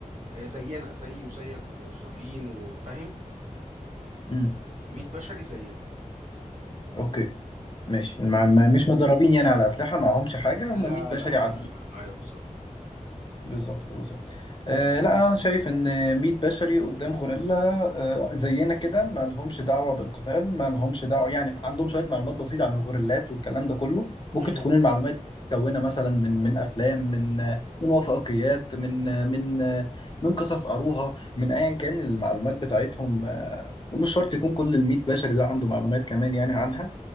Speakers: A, on the right; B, on the left.
A: آه، زينا زيي وزيك وموظفين وفاهم
B: امم
A: 100 بشري زينا
B: أوكي ماشي
A: م-
B: ما ما- مش مدربين يعني على أسلحة معهمش حاجة
A: لا
B: هم 100 بشري
A: لا
B: عاديين
A: لا لا ايوه بالظبط
B: بالظبط بالظبط آه لا انا شايف ان 100 بشري قدام غوريلا آه زينا كده ما لهمش دعوه بالقتال ما لهمش دعوه يعني عندهم شويه معلومات بسيطه عن الغوريلات والكلام ده كله ممكن
A: مهم،
B: تكون المعلومات متكونه مثلا من من افلام من آه، من وثائقيات من آه، من آه، من قصص قروها من ايا كان المعلومات بتاعتهم آه ومش شرط يكون كل ال 100 بشري ده عنده معلومات كمان يعني عنها